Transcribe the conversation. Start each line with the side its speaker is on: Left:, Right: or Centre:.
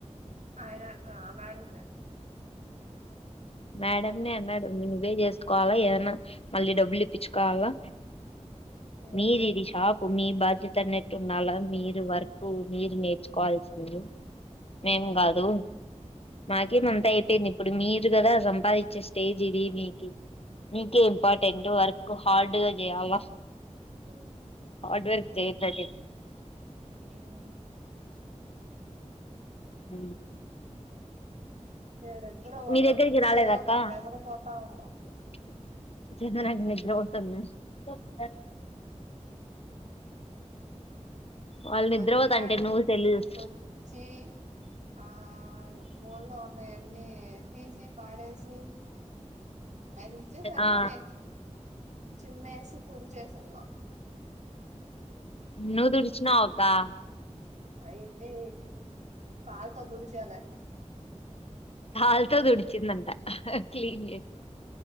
Right: అనా ఆ మేడంన
Left: మేడంనే అన్నాడు నువ్వే చేసుకోవాలా ఏదన్నా మళ్ళీ డబ్బులు ఇప్పించుకోలా
Right: మేడంనే
Left: మీదీది షాప్ మీ బాధ్యత అనట్టు ఉన్నాలా మీరు వరకు మీరు నేర్చుకోవాల్సింది మేం గాదు మాకేం అంతా అయిపోయింది ఇప్పుడు మీరు కదా సంపాదించే స్టేజ్ ఇది మీకి నీకే ఇంపార్టెంట్ వర్క్ హార్డ్గా చేయాలా
Right: మ్
Left: <inaudible>
Right: ఏవూ
Left: అ
Right: ఈడిద్దరు
Left: దగ్గరికి రాలేదక్క
Right: శరాపురం నిదురపోతా ఉండ్రు
Left: <unintelligible> వాళ్ళు నిద్రపోతంటే
Right: వచ్చాడు
Left: నువ్వు సెల్లు చూస్తూ
Right: ఓచ్చీ ఆ మూలలో ఉన్నాయి అన్నీ ఎల్ఫీసి పాడేసి అంచే సరిగే
Left: ఆ
Right: న చున్నేసి తుడిచేసున్నా
Left: నువ్ తడిచిన అకా
Right: అయి ఇది కాల్తొ తడిచాలె
Left: హల్తొ తుడిచిందంట క్లీన్